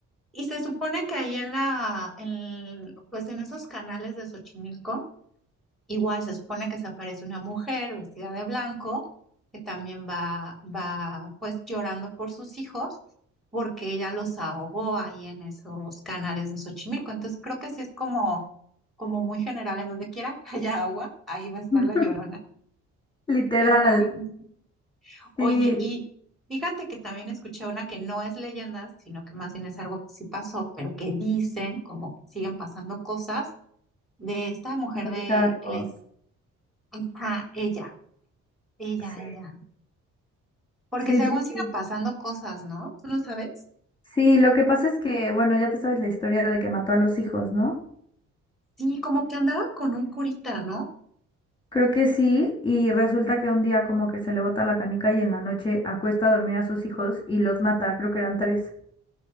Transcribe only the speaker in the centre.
Y se supone que ahí en la, en- pues en esos canales de Xochimilco, igual se supone que se aparece una mujer vestida de blanco, que también va, va pues llorando por sus hijos, porque ella los ahogó ahí en esos canales de Xochimilco. Entonces creo que sí es como, como muy general, en donde quiera que haya agua, ahí va a estar
la llorona.
Y está bueno. Oye,
y fíjate que también escuché una que no es leyenda, sino que más bien es algo que sí pasó, pero que dicen, como que siguen pasando cosas, de esta mujer
de, que les, ajá, ella, ella,
ella. Porque
según
sigan
pasando cosas, ¿no? ¿Tú no sabes?
Sí, como que andaba con un curita, ¿no?